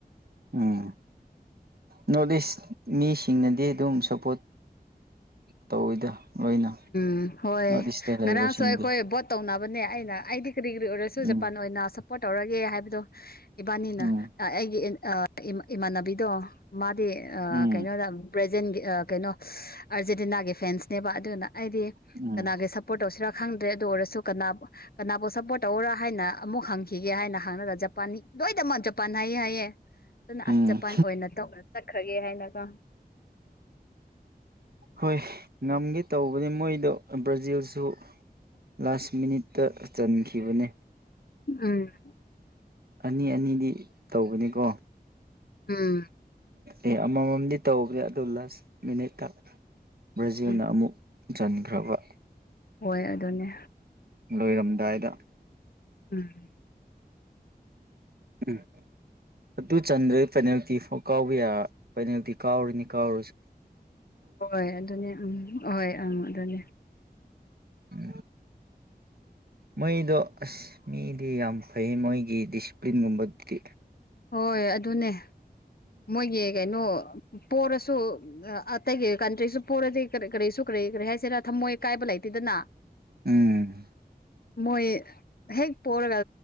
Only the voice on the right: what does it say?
ꯎꯝ ꯅꯣꯔꯠ ꯏꯁ ꯃꯤꯁꯤꯡꯅꯗꯤ ꯑꯗꯨꯝ ꯁꯞꯄꯣꯔꯠ ꯇꯧꯋꯤꯗ ꯂꯣꯏꯅ
ꯅꯣꯔꯠ ꯏꯁꯇ ꯂꯩꯕꯁꯤꯡꯗꯤ
ꯎꯝ
ꯎꯝ
ꯎꯝ
ꯎꯝ
ꯎꯝ
ꯍꯣꯏ ꯉꯝꯒꯦ ꯇꯧꯕꯅꯤ ꯃꯣꯏꯗꯣ ꯕ꯭ꯔꯥꯖꯤꯜꯁꯨ ꯂꯥꯁ ꯃꯤꯅꯤꯠꯇ ꯆꯟꯈꯤꯕꯅꯤ
ꯑꯅꯤ ꯑꯅꯤꯗꯤ ꯇꯧꯕꯅꯤꯀꯣ
ꯑꯦ ꯑꯃꯃꯝꯗꯤ ꯇꯧꯋꯍꯦ ꯑꯗꯨ ꯂꯥꯁ ꯃꯤꯅꯤꯠꯇ ꯕ꯭ꯔꯥꯖꯤꯜꯅ
ꯑꯃꯨꯛ ꯆꯟꯈ꯭ꯔꯕ
ꯂꯣꯏꯔꯝꯗꯥꯏꯗ
ꯎꯝ ꯑꯗꯨ ꯆꯟꯗ꯭ꯔꯦ ꯄꯦꯅꯥꯜꯇꯤ ꯐꯥꯎ ꯀꯥꯎꯕ ꯌꯥ ꯄꯦꯅꯥꯜꯇꯤ ꯀꯥꯎꯔꯤꯅꯤ ꯀꯥꯎꯔꯨꯁ
ꯎꯝ ꯃꯣꯏꯗꯣ ꯑꯁ ꯃꯤꯗꯤ ꯌꯥꯝ ꯐꯩꯌꯦ ꯃꯣꯏꯒꯤ ꯗꯤꯁꯤꯄ꯭ꯂꯤꯟꯒꯨꯝꯕꯗꯤ
ꯎꯝ